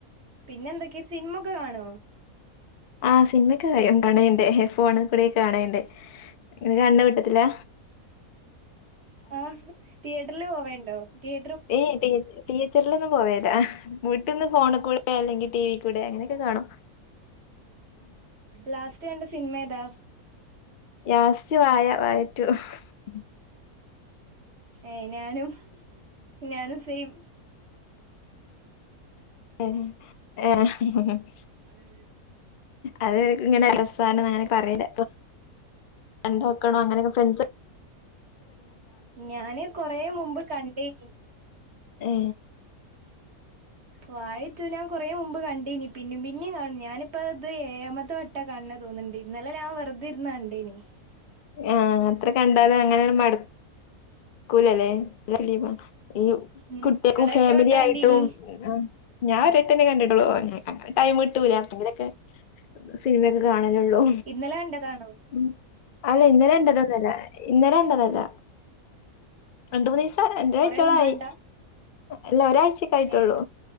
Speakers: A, on the right (about 50°); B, on the left (about 55°).
A: പിന്നെന്ത സിനിമൊക്കെ കാണോ
B: ആഹ സിനിമക്ക കാണണ്ടേ ഫോൺ കൂടെക്കെ കാണയുണ്ട് കാണാതെ പറ്റത്തില്ല
A: ആ തിയേറ്ററിില് പോവേണ്ടോ തിയ
B: ഏ ത- തീയേറ്ററിൽലൊന്നും പോവല്ല വീട്ടിൽന്ന് ഫോണിൽ കൂടെ അല്ലെങ്കിൽ ടിവി കൂടെ അങ്ങനെയൊക്കെ കാണോ
A: ലാസ്റ്റ് എന്റെ സിനിമ ഏതാ
B: ലാസ്റ്റ് സ്യ വായ <unintelligible> വായറ്റു ഉം <unintelligible>
A: ഏ ഞാനും ഞാനും സെയിം
B: <unintelligible>
A: അതെ
B: അത് ഇങ്ങനെ രസ അങ്ങനൊക്കെ പറല്ല അപ്പൊക്കണോ അങ്ങനക്കെ ഫ്രണ്ട്
A: ഞാന് കൊറ മുമ്പ് കണ്ടേനി
B: ഏ
A: വായിട്ടു ഞാൻ കൊറ മുമ്പ് കണ്ടേനി പിന്ന പിന്നേും കാണു ഞാനിപ്പ അത് ഏഴമത്തെ വട്ട കാണ തോന്നിണ്ടേ ഇന്നലെ ഞാൻ വെറുതെ ഇരുന്ന് കണ്ട ഇനി
B: ആഹ അത്ര കണ്ടാലും അങ്ങനെയ മടു കുലല്ലേ <unintelligible> ലീവാ ഈ
A: ഉം
B: കുട്ട്യേക്കും
A: ഇങ്ങള്
B: ഫാമില്യാ
A: എത്ര വട്ട കണ്ടീനി
B: യിട്ടും ആ ഞാ ഒരട്ടന്നെ കണ്ടിട്ടൊളു <unintelligible> അങ്ങനെ
A: ആഹ്
B: ടൈമ്ട്ടൂല എപ്പങ്കിലൊക്കെ സിനിമെകെ കാണ ലെള്ളൂ
A: ഇന്നലെ കണ്ടതാണോ
B: ഉം അല്ലെ ഇന്നലെ <unintelligible> ഇന്നലെ കണ്ടതല്ല. രണ്ട് മൂന്നീസ്സാ <unintelligible>
A: കൊറേ
B: ഴ്ച്ചോളായി
A: മുമ്പ് കണ്ടാ
B: അല്ല ഒരാഴ്ചക്കായിട്ടൊള്ളൂ.
A: ഏഹ്